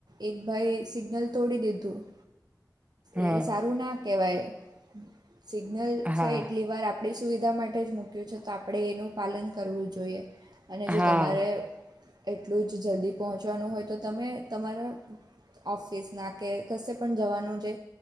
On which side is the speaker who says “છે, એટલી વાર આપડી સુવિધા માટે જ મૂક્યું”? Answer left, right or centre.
Right